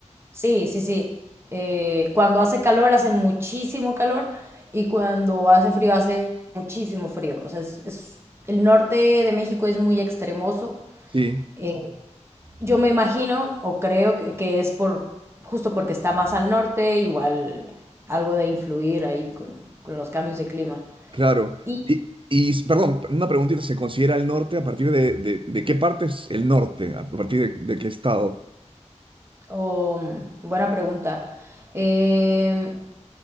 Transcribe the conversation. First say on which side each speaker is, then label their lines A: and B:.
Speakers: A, on the right (about 20°); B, on the right (about 45°).
A: sí, sí, sí. Eh, cuando hace calor, hace muchísimo calor y cuando hace frío, hace muchísimo frío. O sea, es, es- el norte de México es muy extremoso.
B: Sí,
A: eh, yo me imagino o creo que, que es por justo porque está más al norte, igual algo de influir ahí con, con los cambios de clima.
B: claro.
A: Y,
B: Y, y, perdón, una preguntita, ¿se considera el norte a partir de, de, de qué parte es el norte? ¿A partir de, de qué estado?
A: oh, buena pregunta. Eh,